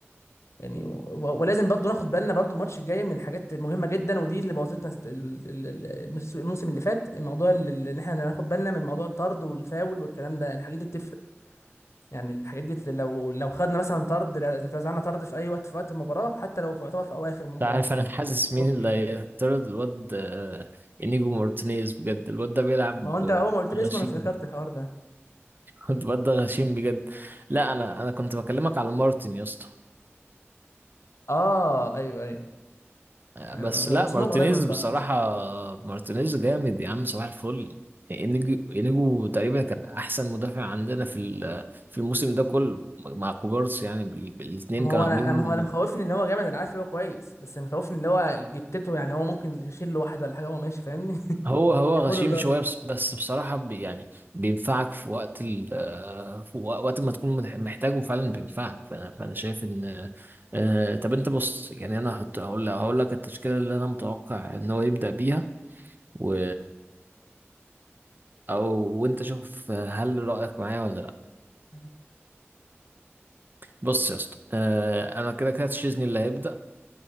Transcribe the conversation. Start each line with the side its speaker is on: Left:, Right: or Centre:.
Left: يعني و... ولازم برضو ناخد بالنا برضو الماتش الجاي من حاجات مهمه جدا ودي اللي بوظتنا ست- ال- ال- ال- المس- الموسم اللي فات الموضوع اللي اللي احنا ناخد بالنا من موضوع الطرد والفاول والكلام ده الحاجات دي بتفرق يعني الحاجات دي لو لو خدنا مثلا طرد لا- لو اتزعلنا طرد في اي وقت في وقت المباراه حتى لو في يعتبر في اواخر المباراه
Right: انت عارف انا حاسس مين
Left: نروح
Right: اللي
Left: فيه
Right: هيطرد الواد آه، انيجو مارتينيز بجد الواد ده بيلعب
Left: ما هو انت اول ما قلت لي
Right: غشيم
Left: اسمه انا افتكرت الحوار ده
Right: كنت برضه غشيم بجد لا انا انا كنت بكلمك على مارتن يا اسطى
Left: اه ايوه ايوه
Right: آه،
Left: أنا-
Right: بس لا
Left: اسمهم
Right: مارتينيز
Left: قريب من بعض
Right: بصراحة مارتينيز جامد يا عم صباح الفل انيجو انيجو تقريبا كان احسن مدافع عندنا في ال- في الموسم ده كله مع كوبارس يعني بال- الاتنين
Left: ما
Right: كانوا
Left: هو انا
Right: عاملين
Left: ما هو اللي مخوفني ان هو جامد انا عارف ان هو كويس بس اللي مخوفني اللي هو جتته يعني هو ممكن يشيل له واحد ولا حاجه هو ماشي فاهمني <laughs>
Right: هو هو
Left: ياخده
Right: غشيم
Left: ضرب
Right: شوية بس بس بصراحة بي يعني بينفعك في وقت ال آه، في وق- وقت ما تكون مح- محتاجه فعلا بينفعك فأنا فأنا شايف إن آه، طب أنت بص يعني أنا هحط هقول لك هقول لك التشكيلة اللي أنا متوقع إن هو يبدأ بيها و أو وأنت شوف هل رأيك معايا ولا لأ
Left: يعني
Right: بص يا اسطى آه، أنا كده كده تشيزني اللي هيبدأ